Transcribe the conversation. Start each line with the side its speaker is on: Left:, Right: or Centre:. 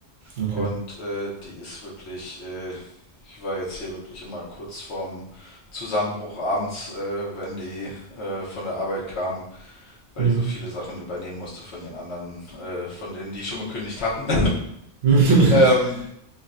Right: Okay.
Left: und äh, die ist wirklich, äh, ich war jetzt hier wirklich immer kurz vorm Zusammenbruch abends, äh, wenn die äh, von der Arbeit kam, weil
Right: Mhm.
Left: die so viele Sachen übernehmen musste von ihren anderen, äh, von denen, die schon gekündigt hatten.
Right: <laughs>
Left: <laughs> ähm,